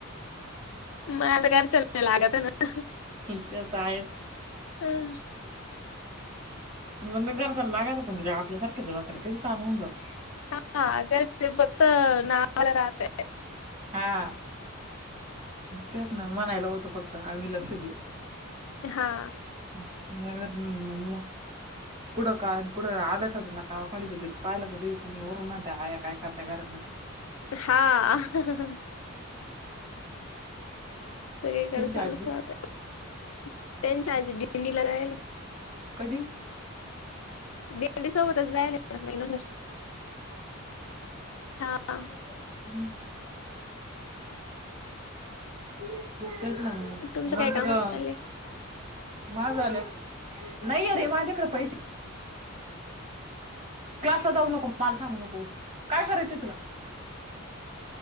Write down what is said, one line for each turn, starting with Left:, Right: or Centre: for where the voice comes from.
Left: म आता <unintelligible> लागतं ना?
Right: <unintelligible>
Left: हम्म.
Right: <unintelligible> गरजाला लागायचं कोण आपल्यासारखं दवाखाना किती <unintelligible> जातो.
Left: हा अगर फत ना राहते
Right: हा तेच ना मणायला होतं फक्त आमी लक्ष देऊ
Left: हा
Right: <unintelligible> कुठं काय आन कुठं अभ्यासच नावाखाली तर ते <unintelligible> वरून म्हणत्या आया काय करत्या घरामध्ये?
Left: हां. सगळीकड
Right: त्यांची
Left: चालूच
Right: आजी
Left: राहतंय. त्यांच्या आजी दिल्लीला राहायला.
Right: कधी?
Left: त्यांच्या सोबतच जाईल आता महिनभर हां.
Right: हम् तेच नाही
Left: तुमचं
Right: मग
Left: काय काम
Right: तर तर
Left: चाललंय
Right: माझ झालं नाइ अरे माज्याकड पैशे क्लास ला जाऊ नको मला सांगू नको काय करायचंय तुला